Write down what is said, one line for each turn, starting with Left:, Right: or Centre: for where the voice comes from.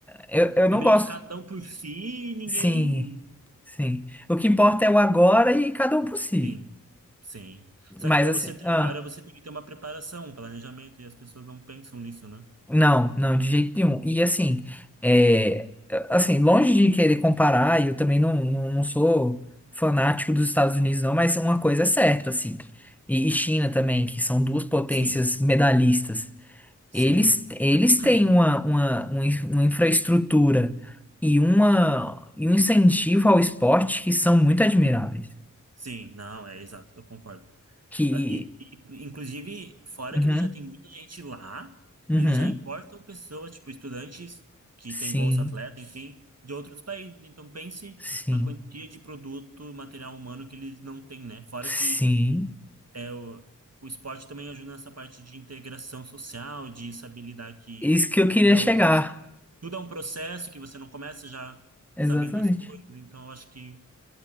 Centre: eu, eu
Right: É
Centre: não
Right: meio
Centre: gosto.
Right: que cada um por si e ninguém.
Centre: Sim, sim. O que importa é o agora e cada um por si.
Right: Sim, sim. Só
Centre: Mas
Right: que para
Centre: assim,
Right: você ter
Centre: ah.
Right: agora, você tem que ter uma preparação, um planejamento, e as pessoas não pensam nisso, né?
Centre: Não, não, de jeito nenhum. E assim, é, assim, longe de querer comparar, eu também não, não, não sou fanático dos Estados Unidos, não, mas uma coisa é certa, assim. E, e China também, que são duas potências
Right: Sim,
Centre: medalhistas.
Right: sim.
Centre: Eles, eles
Right: <coughs>
Centre: têm uma, uma, uma in- uma infraestrutura e, uma, e um incentivo ao esporte que são muito admiráveis.
Right: Sim, não, é exato, eu concordo.
Centre: Que.
Right: Ah, E, e, inclusive, fora
Centre: Uhum,
Right: que ele já tem muita gente lá,
Centre: uhum,
Right: eles já importam pessoas, tipo, estudantes que
Centre: sim,
Right: têm bolsa atleta, enfim, de outros países. Então, pense
Centre: sim,
Right: a quantia de produto, material humano que eles não têm, né? Fora
Centre: sim.
Right: que É, o, o esporte também ajuda nessa parte de integração social, de saber lidar que
Centre: Isso que eu queria
Right: tudo
Centre: chegar.
Right: é um, pro- tudo é um processo que você não começa já
Centre: Exatamente.
Right: sabendo as coisas, então eu acho que